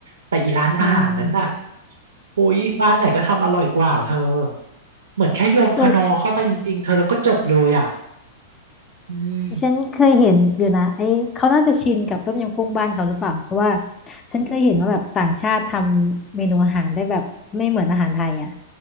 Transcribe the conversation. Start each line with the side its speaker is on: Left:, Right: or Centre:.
Right: แต่อีร้านอาหารนั้นน่ะ
Left: อืม
Right: อุ๊ยบ้านไหนก็ทำอร่อยกว่าเธอเหมือนแค่โยนคานอเข้าไปจริงๆเธอแล้วก็จบเลยอ่ะ
Left: แต่
Right: อืม
Left: ฉันเคยเห็นอยู่นะไอ้เขาน่าจะชินกับต้มยำกุ้งบ้านเขาหรือเปล่าเพราะว่าฉันเคยเห็นว่าแบบต่างชาติทำเมนูอาหารได้แบบไม่เหมือนอาหารไทยอ่ะ